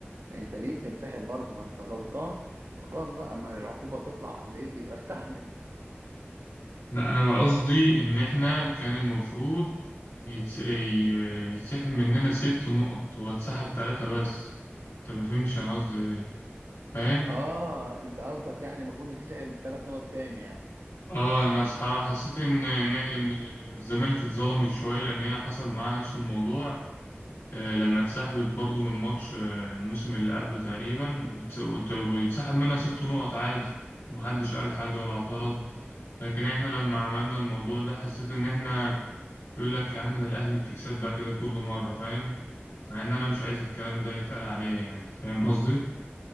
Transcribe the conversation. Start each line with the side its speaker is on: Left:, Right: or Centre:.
Right: فانت ليه تنسحب برضه ما انت غلطان خلاص بقى ما العقوبه تطلع عليك يبقى استحمل
Left: لا انا قصدي ان احنا كان المفروض يتس... ي- يتسحب مننا ست نقط هو اتسحب تلاتة بس انت ما فهمتش انا قصدي ايه فاهم
Right: اه انت قصدك يعني المفروض تنسحب ثلاث نقط تاني يعني
Left: اه انا صراحة حسيت ان ان إن الزمالك اتظلمت شوية لان هي حصل معاها نفس الموضوع آه، لما اتسحبت برضو من ماتش آه، الموسم اللي قبله تقريبا وت- وت- واتسحب منها ست نقط عادي محدش قال حاجة ولا اعترض لكن احنا لما عملنا الموضوع ده حسيت ان احنا يقول لك يا عم ده الأهلي بتكسب بقى كده كل مرة فاهم مع إن أنا مش عايز الكلام ده يتقال عليا يعني فاهم قصدي؟